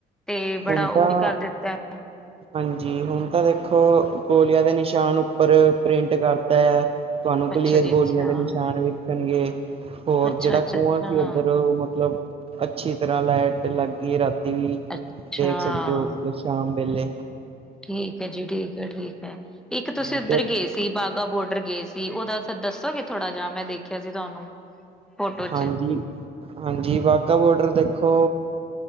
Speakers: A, in the centre; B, on the right (about 35°).
A: ਤੇ ਬੜਾ
B: ਹੁਣ
A: ਉਹ
B: ਤਾਂ
A: ਵੀ ਕਰ ਦਿੱਤਾ ਹੈ। ਹਾਂ।
B: ਹਾਂਜੀ। ਹੁਣ ਤਾਂ ਦੇਖੋ, ਗੋਲੀਆਂ ਦੇ ਨਿਸ਼ਾਨ ਉੱਪਰ ਪ੍ਰਿੰਟ ਕਰਤਾ ਆ। ਤੁਹਾਨੂੰ ਕਲੀਅਰ
A: ਅੱਛਾ ਜੀ,
B: ਗੋਲੀਆਂ
A: ਅੱਛਾ।
B: ਦੇ ਨਿਸ਼ਾਨ ਵੀ ਣਗੇ। ਹੋਰ
A: ਅੱਛਾ
B: ਜਿਹੜਾ
A: ਅੱਛਾ
B: ਖੂਆ
A: ਅੱਛਾ
B: ਸੀ ਉੱਧਰ ਮਤਲਬ ਅੱਛੀ ਤਰ੍ਹਾਂ ਲਾਈਟ ਲੱਗ ਗਈ। ਰਾਤੀ ਵੀ
A: ਅੱਛਾ
B: ਦੇਖ ਸਕਦੇ ਹੋਰ ਸ਼ਾਮ ਵੇਲੇ
A: ਠੀਕ ਹੈ ਜੀ, ਠੀਕ ਹੈ -ਠੀਕ ਹੈ ਇੱਕ ਤੁਸੀਂ
B: ਹਾਂ
A: ਉੱਧਰ
B: ਤੇ
A: ਗਏ ਸੀ। ਸੀ ਬਾਘਾਬੋਰਡਰ ਗਏ ਸੀ। ਉਹਦਾ ਦੱਸੋ ਕਿ ਥੋੜਾ ਜਿਹਾ ਮੈਂ ਦੇਖਿਆ ਸੀ ਤੁਹਾਨੂੰ। ਫੋਟੋ ਚ
B: ਹਾਂਜੀ -ਹਾਂਜੀ ਵਾਹਗਾ ਬੋਡਰ ਦੇਖੋ